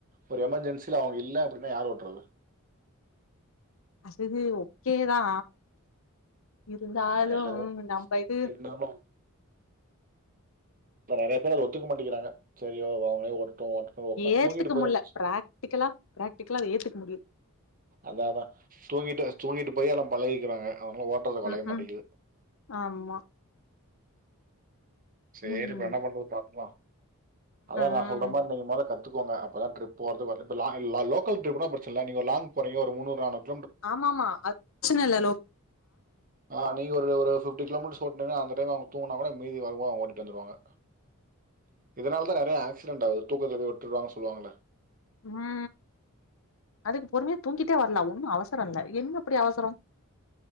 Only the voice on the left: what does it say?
அசரி ஓகேதா இருந்தாலு
நம்ப இது
ஏத்துக்க
முல்ல பிராக்டிக்கலா பிராக்டிக்கலா அத ஏத்துக்க முடியு
ம்
ம் ஆமா
ம்
ம்
ம்
ஆமாமா அ பிரச்சன இல்ல <inaudible>
ம் அதுக்கு பொறுமையா தூங்கிட்டே வரலா ஒன்னு அவசரம் இல்ல என்ன அப்படி அவசரம்